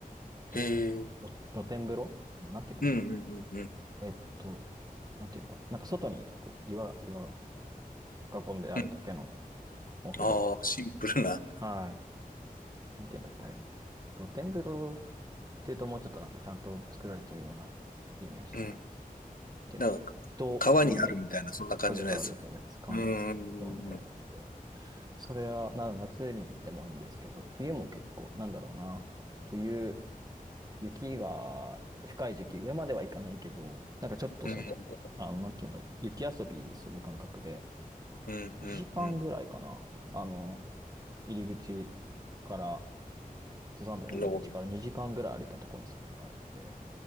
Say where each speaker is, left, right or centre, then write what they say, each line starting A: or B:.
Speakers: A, on the right; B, on the left.
A: なんていうの、
B: へえ、
A: 露露天風呂なんていうの
B: うん、うん、うん、うん。
A: えっと、なんていうのか。なんか外に、こう、岩、岩が、こう、囲んであるだけの
B: うん
A: お風呂。
B: ああ、シンプルな、
A: はい。なんていうんだっけ、あれな。露天風呂っていうともうちょっとなんかちゃんと作られてるようなイメージだけど、
B: うん。
A: っていうんだっけ。
B: なんか、
A: 人、
B: 川にあるみたいな、
A: 人みたいな。
B: そんな感じのやつ。
A: そうです、そうです、そうです。川にある人みたいなやつで。
B: うん、うん、
A: それは、な夏に行ってもいいんですけど、冬も結構、なんだろうな。冬、雪が深い時期、上までは行かないけど、なんかちょっとその、
B: うん、
A: あの、なんていうんだろう、雪遊びする感覚で、
B: うん、
A: 2時間ぐらいかな。
B: うん、う
A: あの、入り口から、登山道の入り口から2時間ぐらい歩いたところにそこがあるんで、
B: ん。の、